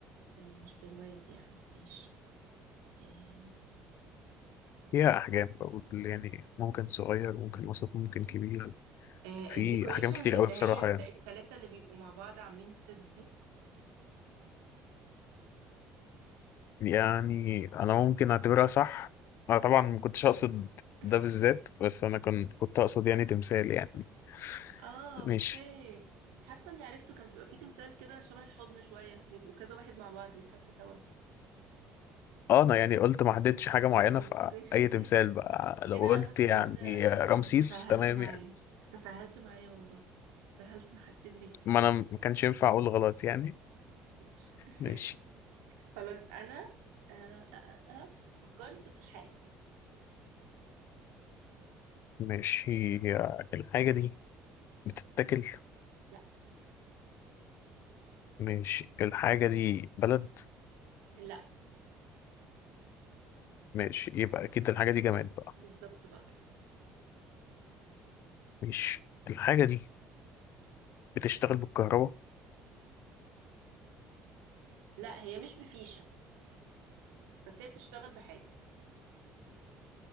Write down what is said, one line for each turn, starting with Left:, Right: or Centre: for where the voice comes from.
Right: آه مش برواز يعني ماشي آه
Left: فيها أحجام بقول يعني ممكن صغير ممكن وسط ممكن كبير
Right: آه
Left: في
Right: الديكوريشنز
Left: أحجام كتير
Right: اللي
Left: قوي بصراحة
Right: هي الت-
Left: يعني
Right: التلاتة اللي بيبقوا مع بعض عاملين ست دي
Left: يعني أنا ممكن أعتبرها صح أنا طبعا ما كنتش أقصد
Right: <laughs>
Left: ده بالذات بس أنا كنت كنت أقصد يعني تمثال يعني
Right: اه
Left: ماشي
Right: اوكي حاسة اني عرفته كان بيبقى فيه تمثال كده شبه الحضن شوية بيبقوا كذا واحد مع بعض بيتحطوا سوا
Left: أه أنا يعني قلت ما حددتش حاجة معينة
Right: اوكي
Left: فأي
Right: <laughs>
Left: تمثال بقى لو
Right: ايه ده لا
Left: قلت
Right: بس
Left: يعني
Right: انت
Left: رمسيس
Right: انت تساهلت
Left: تمام
Right: معايا
Left: يعني
Right: تساهلت معايا والله تساهلت انا حسيت بيك
Left: ما أنا ما كانش ينفع أقول غلط يعني
Right: ماشي
Left: ماشي
Right: خلاص انا آه آه آه آه، فكرت في حاجة
Left: ماشي هي الحاجة دي بتتاكل
Right: لا
Left: ماشي الحاجة دي بلد
Right: لا
Left: ماشي يبقى اكيد الحاجه دي جماد بقى
Right: بالظبط بقى كده
Left: ماشي الحاجه دي بتشتغل بالكهرباء
Right: لا هي مش بفيشة بس هي بتشتغل بحاجة